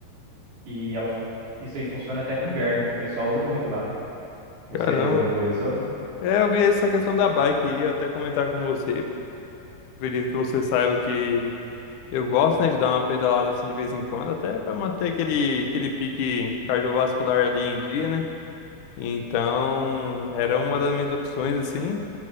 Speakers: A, on the right (about 65°); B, on the left (about 60°).
A: e ela, fu- isso aí funciona até no inverno. O pessoal usa muito lá. Você
B: Caramba.
A: viu alguma coisa sobre?
B: É, eu vi essa questão da bike e ia até comentar com você. Acredito que você saiba que eu gosto, né, de dar uma pedalada assim de vez em quando, até pra manter aquele, aquele pique cardiovascular ali em dia, né? Então, era uma das minhas opções, assim.